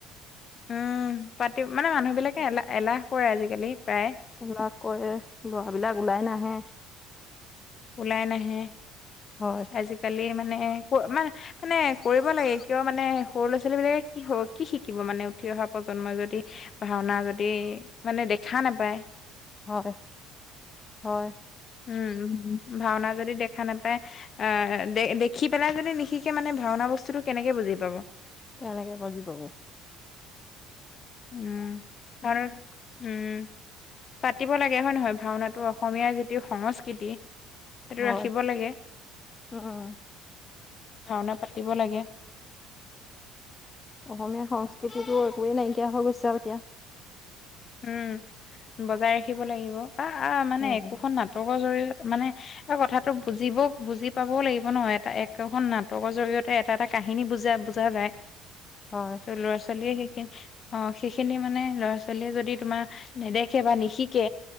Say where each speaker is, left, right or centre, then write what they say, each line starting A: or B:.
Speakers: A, on the left; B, on the left.
A: উম পাতি মানে মানুহ বিলাকে এলাহ এলাহ কৰে আজিকালি প্ৰায়।
B: হেলা কৰে ল'ৰবিলাক ওলাই নাহে।
A: ওলাই নাহে
B: হয়
A: আজিকালি মানে ক মান মানে কৰিব লাগে। কিয় মানে সৰু ল'ৰা-ছোৱালী বিলাকে কি কি শিকিব মানে উঠি অহা প্ৰজন্মই যদি ভাওনা যদি মানে দেখা নাপায়।
B: হয়, হয়।
A: উম। ভাওনা যদি দেখা নাপায় আহ দে দেখি পেলাই যদি নিশিকে মানে ভাওনা বস্তুতটো কেনেকে বুজি বুজি পাব।
B: কেনেকে বুজি পাব।
A: উম আৰু উম। পাতিব লাগে হয় নহয় ভাওনাটো অসমীয়া যিটো সংস্কৃতি। সেইটো
B: হয়,
A: ৰাখিব লাগে
B: উম।
A: ভাওনা পাতিব লাগে।
B: অসমীয়া সংস্কৃতিটো একোৱেই নাইকিয়া হৈ গৈছে আৰু এতিয়া।
A: উম বজাই ৰাখিব লাগিব। আ আ মানে
B: উম
A: একোখন নাটকৰ জৰিয়তে মানে কথা। ত বুজিব বুজি পাবও লাগিব ন এটা একখন নাটকৰ জৰিয়তে এটা এটা কাহিনী বুজা বুজা যায়।
B: হয়
A: ল'ৰা-ছোৱালীয়ে সেইখিন অ সেইখিনি মানে ল'ৰা-ছোৱালীয়ে যদি যদি তোমাৰ নেদেখে বা নিশিকে